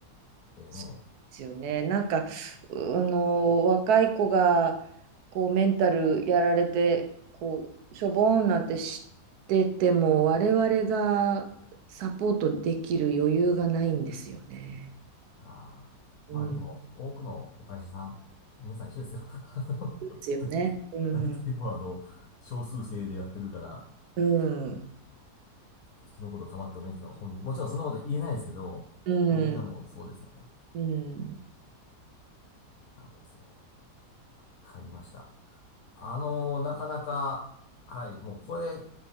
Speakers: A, on the left (about 70°); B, on the right (about 75°).
A: でね、
B: そうですよね。なんか、うあの、若い子が、こう、メンタルやられて、こう、しょぼーんなんて知ってても、我々がサポートできる余裕がないんですよね。
A: あーまあでも、
B: うん。で
A: 多くのお会社さん、皆さん一緒ですよ。<laughs> あの大体、
B: すよね。うん。
A: 大体もうあの、少数制でやってるから、
B: うん。
A: 人のこと構っておれんっていうのは本音。もちろんそんなこと言えないですけど、
B: うん。
A: 本音はもうそうですよね。
B: うん。
A: なるほどですね。わかりました。あのーなかなか、はい、もうこれ、